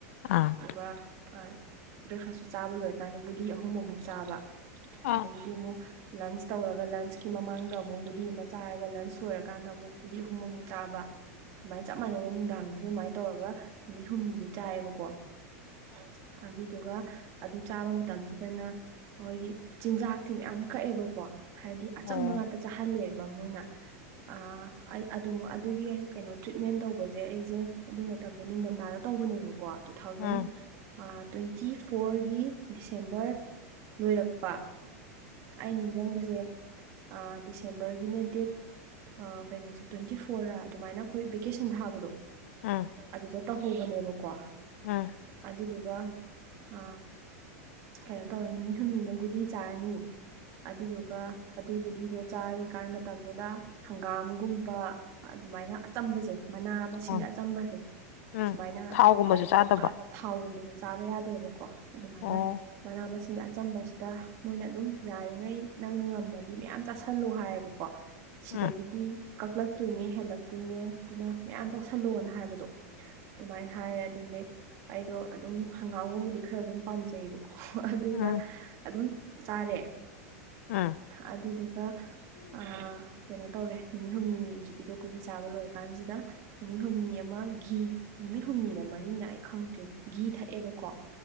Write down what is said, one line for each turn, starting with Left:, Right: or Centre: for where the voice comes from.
Left: ꯑꯥ
Right: ꯑꯗꯨꯒ ꯑ ꯕ꯭ꯔꯦꯛꯐꯥꯁꯁꯨ ꯆꯥꯕ ꯂꯣꯏꯔꯀꯥꯟꯗ ꯒꯨꯂꯤ ꯑꯍꯨꯝ ꯑꯃꯨꯛ ꯆꯥꯕ
Left: ꯑꯥ
Right: ꯑꯗꯒꯤꯗꯤ ꯑꯃꯨꯛ ꯂꯟꯁ ꯇꯧꯔꯒ ꯂꯟꯁꯀꯤ ꯃꯃꯥꯡꯗ ꯑꯃꯨꯛ ꯒꯨꯂꯤ ꯑꯃ ꯆꯥꯔꯒ ꯂꯟꯁ ꯂꯣꯏꯔꯀꯥꯟꯗ ꯑꯃꯨꯛ ꯒꯨꯂꯤ ꯑꯍꯨꯝ ꯑꯃꯨꯛ ꯆꯥꯕ ꯑꯗꯨꯃꯥꯏꯅ ꯆꯞ ꯃꯥꯟꯅꯅ ꯅꯨꯡꯗꯥꯡꯁꯤꯁꯨ ꯑꯗꯨꯃꯥꯏꯅ ꯇꯧꯔꯒ ꯅꯨꯃꯤꯠ ꯍꯨꯝꯅꯤꯁꯤ ꯆꯥꯏꯌꯦꯕꯀꯣ ꯎꯝ ꯑꯗꯨꯗꯨꯒ ꯑꯗꯨ ꯆꯥꯕ ꯃꯇꯝꯁꯤꯗꯅ ꯑꯩꯈꯣꯏꯒꯤ ꯆꯤꯟꯖꯥꯛꯇꯤ ꯃꯌꯥꯝ ꯀꯛꯑꯦꯕꯀꯣ ꯍꯥꯏꯗꯤ ꯑꯆꯝꯕ
Left: ꯑꯣ
Right: ꯉꯥꯛꯇ ꯆꯥꯍꯜꯂꯦꯕ ꯃꯣꯏꯅ ꯑ ꯑ ꯑꯩ ꯑꯗꯨ ꯑꯗꯨꯒꯤ ꯀꯩꯅꯣ ꯇ꯭ꯔꯤꯠꯃꯦꯟ ꯇꯧꯕꯁꯦ ꯑꯩꯁꯦ ꯑꯗꯨꯏ ꯃꯇꯝꯗꯣ ꯅꯤꯡꯗꯝꯗꯥꯗ ꯇꯧꯕꯅꯦꯕ ꯀꯣ ꯇꯨ ꯊꯥꯎꯖꯟ
Left: ꯎꯝ
Right: ꯑ ꯇ꯭ꯋꯦꯟꯇꯤ ꯐꯣꯔꯒꯤ ꯗꯤꯁꯦꯝꯕꯔ ꯂꯣꯏꯔꯛꯄ ꯑꯩ ꯅꯤꯡꯁꯤꯡꯕꯁꯦ ꯑ ꯗꯤꯁꯦꯝꯕꯔꯒꯤꯅꯦ ꯗꯦꯠ ꯑ ꯀꯩꯅꯣꯁꯦ ꯇ꯭ꯋꯦꯟꯇꯤ ꯐꯣꯔ ꯑꯗꯨꯃꯥꯏꯅ ꯑꯩꯈꯣꯏ ꯚꯦꯀꯦꯁꯟ ꯊꯥꯕꯗ
Left: ꯑꯥ
Right: ꯑꯗꯨꯗ ꯇꯅꯍꯧꯕꯅꯦꯕꯀꯣ
Left: ꯎꯝ
Right: ꯑꯗꯨꯗꯨꯒ ꯍ ꯀꯩꯅꯣ ꯇꯧꯔꯦ ꯅꯨꯃꯤꯠ ꯍꯨꯝꯅꯤꯃꯛ ꯒꯨꯂꯤ ꯆꯥꯔꯅꯤ ꯑꯗꯨꯗꯨꯒ ꯑꯗꯨꯏ ꯒꯨꯂꯤꯗꯣ ꯆꯥꯔꯤꯀꯥꯟ ꯃꯇꯝꯗꯨꯗ ꯍꯪꯒꯥꯝꯒꯨꯝꯕ ꯑꯗꯨꯃꯥꯏꯅ ꯑꯆꯝꯕꯁꯦ ꯃꯅꯥ ꯃꯁꯤꯡꯗ
Left: ꯎꯝ
Right: ꯑꯆꯝꯕꯁꯦ
Left: ꯎꯝ
Right: ꯁꯨꯃꯥꯏꯅ
Left: ꯊꯥꯎꯒꯨꯝꯕꯁꯨ
Right: <unintelligible>
Left: ꯆꯥꯗꯕ꯭ꯔꯣ
Right: ꯊꯥꯎꯒꯨꯝꯕ ꯆꯥꯕ ꯌꯥꯗꯦꯕꯀꯣ ꯑꯗꯨꯃꯥꯏꯅ
Left: ꯑꯣ
Right: ꯃꯅꯥ ꯃꯁꯤꯡ ꯑꯆꯝꯕꯁꯤꯗ ꯃꯣꯏꯅ ꯑꯗꯨꯝ ꯌꯥꯔꯤꯉꯩ ꯅꯪꯅ ꯉꯝꯃꯗꯤ ꯃꯌꯥꯝ ꯆꯥꯁꯜꯂꯣ ꯍꯥꯏꯌꯦꯕꯀꯣ ꯁꯤꯗꯒꯤꯗꯤ
Left: ꯎꯝ
Right: ꯀꯛꯂꯛꯇꯣꯏꯅꯦ ꯍꯦꯜꯂꯛꯇꯣꯏꯅꯦ ꯑꯗꯨꯅ ꯃꯌꯥꯝ ꯆꯥꯁꯜꯂꯣꯅ ꯍꯥꯏꯕꯗꯣ ꯑꯗꯨꯃꯥꯏꯅ ꯍꯥꯏꯔꯦ ꯑꯗꯨꯗꯤ ꯑꯩꯗꯣ ꯑꯗꯨꯝ ꯍꯪꯒꯥꯝꯒꯨꯝꯕꯗꯤ ꯈꯔ ꯑꯗꯨꯝ ꯄꯥꯝꯖꯩꯕ ꯑꯣ ꯑꯗꯨꯗ
Left: ꯎꯝ
Right: ꯑꯗꯨꯝ ꯆꯥꯔꯦ
Left: ꯑꯥ
Right: ꯑꯗꯨꯗꯨꯒ ꯑ ꯀꯩꯅꯣ ꯇꯧꯔꯦ ꯅꯨꯃꯤꯠ ꯍꯨꯝꯅꯤ ꯍꯧꯖꯤꯛꯀꯤꯗꯣ ꯒꯨꯂꯤ ꯆꯥꯕ ꯂꯣꯏꯔꯀꯥꯟꯁꯤꯗ ꯅꯨꯃꯤꯠ ꯍꯨꯝꯅꯤ ꯑꯃ ꯒꯤ ꯅꯨꯃꯤꯠ ꯍꯨꯝꯅꯤꯔ ꯃꯔꯤꯅ ꯑꯩ ꯈꯪꯗ꯭ꯔꯦ ꯒꯤ ꯊꯛꯑꯦꯕꯀꯣ